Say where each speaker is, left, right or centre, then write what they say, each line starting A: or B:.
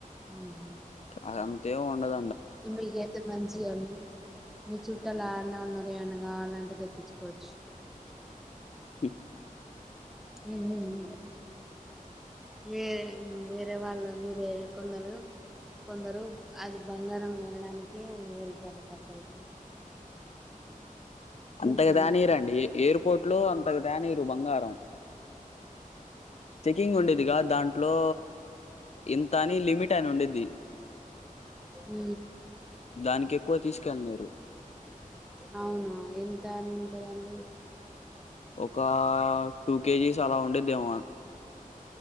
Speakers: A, in the centre; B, on the left.
A: మ్
B: అది అంతేమి ఉండద
A: ఇ మీకైతే మంచివే అన్ని మీ చుట్టలు ఆడ్నే ఉన్నారు ఏమన్నా కావాలంటే తెప్పిచ్చుకోవచ్చు.
B: హ్మ్.
A: ఉ ఉ ఉమ్ వే వేరే వేరే వాళ్ళు మీరు ఎక్కన్నారు? కొందరు అది బంగారం కొనడానికే వెళ్తారట అక్కడికి
B: అంతకు
A: తెలుసా
B: దానీరండి
A: మీకు
B: ఎయిర్పోర్ట్ లో అంతకు తానీరు బంగారం చెకింగ్ ఉండిద్దిగా దాంట్లో ఇంత అని లిమిట్ అని ఉండిద్ది
A: ఊ
B: దానికెక్కువ తీసుకెళ్ళనీయరు.
A: అవునా ఎంత అని ఉంటుందండి
B: ఒక టూ కేజీస్ అలా ఉండిద్దేమొ